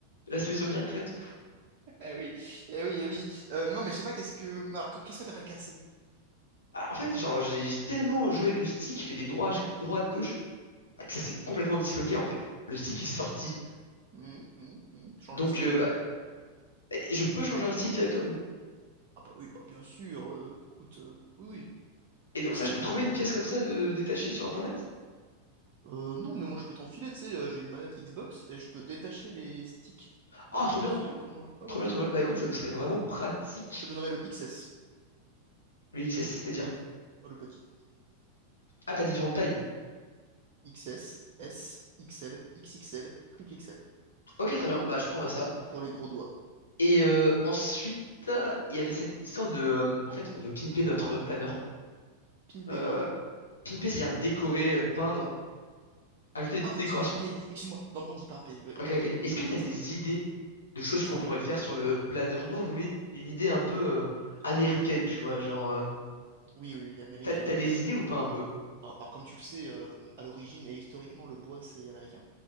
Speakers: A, on the left; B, on the right.
A: la solution miracle à tout.
B: <laughs> Eh oui, eh oui, eh oui. Euh, non, mais je sais pas, qu'est-ce que... Alors, qu- qu'est-ce que t'appelles casser?
A: Bah, en fait, genre, j'ai tellement joué avec le stick qui fait des droits, droite, gauche, bah, que ça s'est complètement disloqué, en fait. Le stick est sorti.
B: Mhm, mhm, mhm. Change
A: Donc,
B: le stick?
A: euh, bah, je peux changer un stick directement.
B: Ah bah oui, bah bien sûr, euh, écoute, euh, oui, oui,
A: Et
B: bien
A: donc
B: sûr.
A: ça, je peux trouver une pièce comme ça euh, détachée sur Internet?
B: Euh, non, mais moi je peux t'enfiler, tu sais, euh, j'ai une manette Xbox et je peux détacher les sticks. Bah
A: Ah,
B: je
A: trop
B: peux t'enfiler
A: bien,
B: à ce moment-là, ouais,
A: trop
B: voilà.
A: bien, trop bien. Bah écoute, ça me serait vraiment pratique,
B: Ouais, je te donnerai le XS,
A: le XS, c'est-à-dire.
B: le petit.
A: Ah, t'as différentes tailles.
B: XS, S, XL, XXL, triple XL.
A: Ok, très bien, bah je prendrai ça.
B: Pour les gros doigts.
A: Et euh, ensuite, il y avait cette histoire de... euh, en fait, on veut pimper notre planeur.
B: Pimpé,
A: Euh,
B: pardon.
A: pimper, c'est-à-dire décorer, euh, peindre, ajouter des
B: Ah,
A: petites décorations.
B: on dit pimpé, excuse-moi. Non, mais on dit pimpé, euh,
A: Ok,
B: pardon.
A: ok.
B: Oui,
A: Est-ce
B: vas-y,
A: que tu as
B: dis-moi,
A: des
B: dis-moi.
A: idées de choses qu'on
B: Ouais?
A: pourrait faire sur le planeur? Nous, on voulait une idée un peu euh, américaine, tu vois, genre... euh,
B: Oui, oui, oui, américaine,
A: T'as, t'as
B: oui,
A: des
B: bien sûr.
A: idées ou pas un peu?
B: Alors, alors, comme tu le sais, euh, donc, à l'origine et historiquement, le bois, c'est américain.